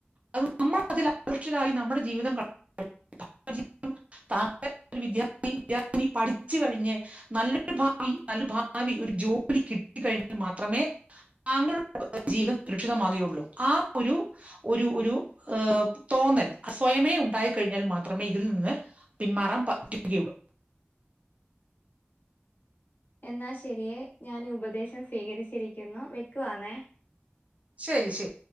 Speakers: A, on the right; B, on the left.
A: അത് നമ്മൾ അതിലാകൃഷ്ടരായി നമ്മുടെ ജീവിതം ക <unintelligible> ഒരു വിദ്യാർത്ഥി വിദ്യർത്ഥിനി പഠിച്ചു കഴിഞ്ഞ് നല്ലൊരു ഭാവി നല്ല ഭാവി ഒരു ജോലി കിട്ടി കഴിഞ്ഞാ മാത്രമേ താങ്കളുടെ ജീവിതം സുരക്ഷിതമാകയുള്ളൂ, ആ ഒരു ഒരു ഒരു ഏഹ് തോന്നൽ സ്വയമേ ഉണ്ടായി കഴിഞ്ഞാൽ മാത്രമേ ഇതിൽ നിന്ന് പിന്മാറാൻ പറ്റുകയുള്ളൂ.
B: എന്നാ ശരിയേ, ഞാൻ ഉപദേശം സ്വീകരിച്ചിരിക്കുന്നു, വയ്ക്കുവാന്നേ.
A: ശരി ശരി.